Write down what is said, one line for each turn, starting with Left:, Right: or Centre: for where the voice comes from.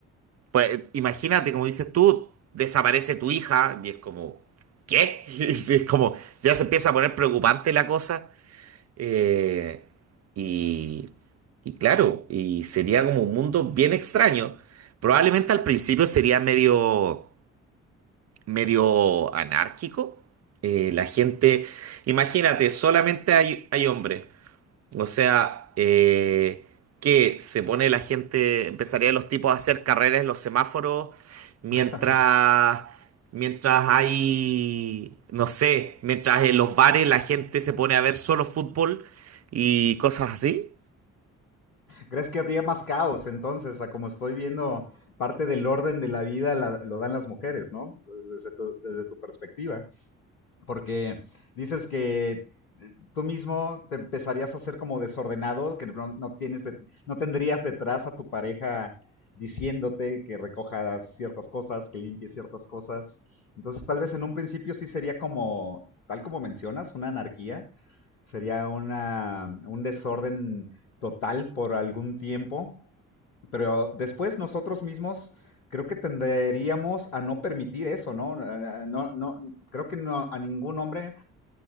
Right: pues imagínate, como dices tú, desaparece tu hija y es como, ¿qué? <laughs> Es es como, ya se empieza a poner preocupante la cosa, eh, y, y claro, y sería como un mundo bien extraño. Probablemente al principio sería medio medio anárquico. Eh, la gente, imagínate, solamente hay, hay hombres. O sea, eh, que se pone la gente, empezaría los tipos a hacer carreras en los semáforos mientras,
Left: <laughs>
Right: mientras hay, no sé, mientras en los bares la gente se pone a ver solo fútbol y cosas así.
Left: ¿Crees que habría más caos entonces? A como estoy viendo, parte del orden de la vida la, lo dan las mujeres, ¿no? Desde tu, desde tu perspectiva. Porque dices que tú mismo te empezarías a ser como desordenado, que no, no tienes de- no tendrías detrás a tu pareja diciéndote que recojas ciertas cosas, que limpies ciertas cosas. Entonces, tal vez en un principio sí sería como, tal como mencionas, una anarquía, sería una, un desorden total por algún tiempo, pero después nosotros mismos creo que tenderíamos a no permitir eso, ¿no? Eh, No, no creo que no, a ningún hombre